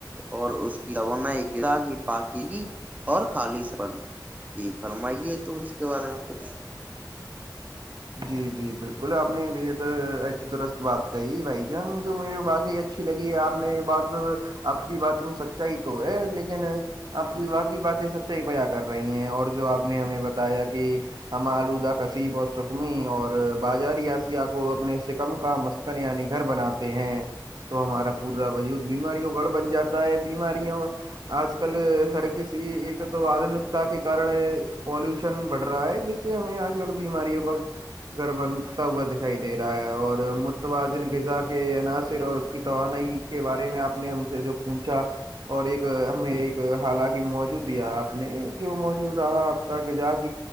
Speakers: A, on the right (about 20°); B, on the right (about 60°).
A: اور اس کی توانائی کی پاکی <inaudible> اور خالص پن جی فرمائیے تو اس کے بارے میں کچھ
B: جی جی بلکل آپ نے بھی درست بات کہی بھائی جان جو میرے باقعی اچھی لگی ہے آپ نے یہ بات آپ کی بات میں سچائی تو ہے لیکن آپ کی واقی باتیں ہے سچائی بیا کر رہی ہیں اور جو آپ نے ہمیں بتایا کہ ہم آلودہ کسیف سکمی اور باجری اسیہ کو اپنے سکم کا مسکن یعنی گھر بناتے ہیں تو ہمارا پورا وجود بیماریوں گڑھ بن جاتا ہے بیماریوں آج کل ہر کسی ایک تو آدنکتا کے کارن پالوشن بڑھ رہا ہے جس سے ہمیں آج کل بیماریوں بس گھر بنتا ہوا دکھائی دے رہا ہے اور متوازن غذا کے عناصر اور اس کی توانائی کے بارے میں آپ نے ہم سے جو پونچھا اور ایک ہمیں ایک حالانکہ موجوع دیا آپ نے جو موجو رہا آپ تک جاگ